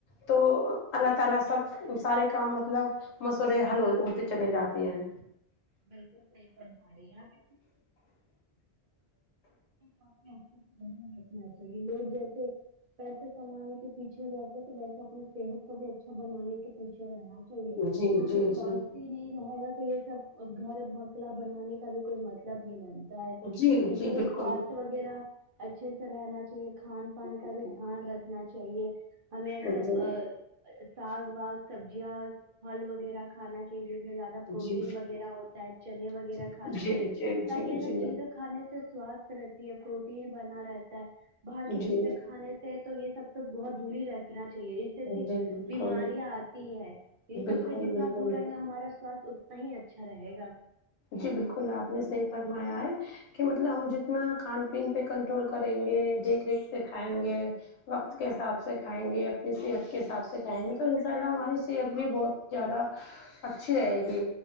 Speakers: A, on the left; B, on the right.
A: تو اللہ تعالی سب سارے کام مطلب مسئلے حل ہو ہوتے چلے جاتے ہیں
B: بالکل صحیح فرما رہی ہے آ پ کافی اچھے گھر رکھنا چاہیے لوگ جیسے پیسے کمانے کے پیچھے رہتے تو ویسے اپنی صحت کو بھی اچھا بنانے کے پیچھے رہنا چاہیے
A: جی
B: کیونکہ
A: جی
B: سواستھ
A: جی
B: ہی نہیں رہے گا تو یہ سب گھر مکلا بنانے کا بھی کوئی م مطلب نہیں بنتا ہے
A: جی
B: اس
A: جی
B: لیے
A: بالکل
B: سواستھ وغیرہ اچھے سے رہنا چاہیے کھان پان کا بھی دھیان رکھنا چاہیے ہمیں
A: جی
B: سب آ ساگ واگ سبزیاں پھل وغیرہ کھانا چاہیے جس میں زیادہ پروٹین
A: جی جی
B: وغیرہ ہوتا ہے چنے وغیرہ کھانا
A: جی
B: چاہیے
A: جی
B: تاکہ یہ
A: جی
B: سب
A: جی
B: چیزیں کھانے سے سواستھ رہتی ہے پروٹین بنا رہتا ہے باہر کی
A: جی
B: چیزیں کھانے سے تو یہ سب تو بہت دوری رکھنا چاہیے اسی سے
A: بالکل
B: بیماریاں آتی ہے یہ
A: بالکل
B: سب سے جتنا
A: بالکل
B: دور رہیں گا ہمارا سواستھ اتنا ہی ا اچھا رہے گا
A: جی بالکل آپ نے صحیح فرمایا ہے کہ مطلب ہم جتنا کھان پین پہ کنٹرول کریں گے دیکھ ریکھ سے کھائیں گے وقت کے حساب سے کھائیں گے اپنی صحت کے حساب سے کھائیں گے تو ان شاء اللہ ہماری صحت بھی بہت زیادہ اچھی رہے گی